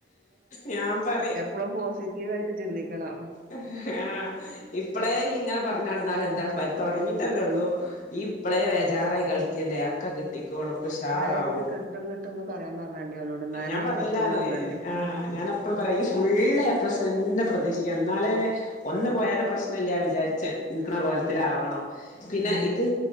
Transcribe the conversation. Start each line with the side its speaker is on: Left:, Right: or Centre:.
Left: ഞാൻ പറയ
Right: പ്ളും പോസിറ്റീവായിട്ട് ചിന്തിക്ക ക്കണം
Left: ഹ് ഹ ഇപ്പളെ ഇയ്യ് ഇങ്ങനെ പറഞ്ഞടന്നാലെന്താ പ തൊടങ്ങിട്ടല്ലേള്ളൂ ഈ ഇപ്പളേ വേജാറായി കളി ല്ലേ അക്ക കിട്ടിക്കോളും പുഷാറാവും
Right: ഇപ്പളേ എനിക്ക് കിട്ടും കിട്ടുംന്ന് പറയാൻ പറഞ്ഞാണ്ടി ഓനോട് ഇന്നാലാണ്
Left: ഞാൻ പറയിലാണ്
Right: കിട്ടുംന്ന് പറഞ്ഞാണ്ടി ആഹ്
Left: ഞാന പ്പോളും പറയും ഈ ഫുുള്ള് എ പ്ലസ് തന്നെ പ്രതീക്ഷിക്കണം എന്നാലേ ഒന്ന് പോയാലും പ്രശ്നല്ല വിചാരിച്ച് നിക്കണ പോലത്തിലാവണം
Right: ഉം
Left: പിന്നെ
Right: ഉം
Left: ഇത്